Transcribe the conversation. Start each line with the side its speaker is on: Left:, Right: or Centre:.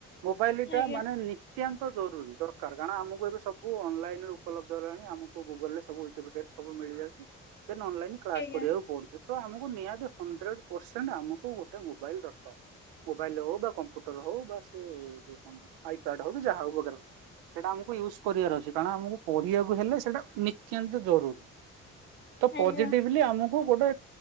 Right: ମୋବାଇଲ୍ ଟା
Left: ଆଜ୍ଞା
Right: ମାନେ ନି ଅତ୍ୟାନ୍ତ ଜରୁରୀ ଦରକାର କାରଣ ଆମକୁ ଏବେ ସବୁ ଅନଲାଇନରେ ଉପଲବ୍ଧ ହେଲାଣି ଆମକୁ ଗୁଗୁଲ ରେ ସବୁ ଓଲ୍ ତେବେ କରି ସବୁ ମିଳିଯାଉଚି ଦେନ ଅନଲାଇନ୍ କ୍ଲାସ
Left: ଆଜ୍ଞା
Right: କରିବାକୁ ପୁଡୁଛିତ ଆମକୁ ନିହାତି ହଣ୍ଡ୍ରେଡ ପରସେଣ୍ଟ ଆମକୁ ଗୋଟେ ମୋବାଇଲି ଦରକାର। ମୋବାଇଲିରେ ହୋଉ ବା କମ୍ପ୍ୟୁଟରେ ହୋଉ ବା ସେ ଯୋଉ କୌଣସି ଆଇକାଡେରେ ହୋଉ ଯାହା ହୋଉ ବଗେରା ବଗେରା। ସେଇଟା ଆମକୁ ୟୁଜ୍ କରିବାର ଅଛି କାରଣ ଆମକୁ ପଢିବାକୁ ହେଲେ ସେଇଟା ନିତ୍ୟାନ୍ତ ଜରୁରି। ତ
Left: ଆଜ୍ଞା
Right: ପଯେଟିଭ୍ଲି ଆମକୁ କୋଉ ଗୋଟେ